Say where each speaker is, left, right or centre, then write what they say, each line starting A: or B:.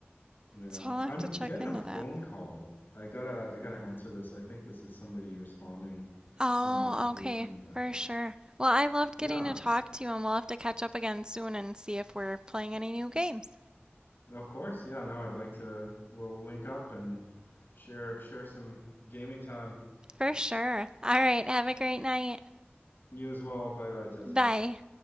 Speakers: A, on the left (about 55°); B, on the right (about 20°).
A: Yeah,
B: So I'll
A: I'm
B: have to check
A: getting
B: into
A: a phone
B: that.
A: call. I gotta I gotta answer this. I think this is somebody responding
B: Oh,
A: to an application,
B: okay,
A: but
B: for sure. Well, I loved
A: yeah,
B: getting to talk to you, and we'll have to catch up again soon and see if we're playing any new games.
A: of course. Yeah, no, I'd like to we'll link up and share share some gaming time.
B: For sure. All right, have a great night.
A: You as well. Bye bye, Tessa.
B: Bye.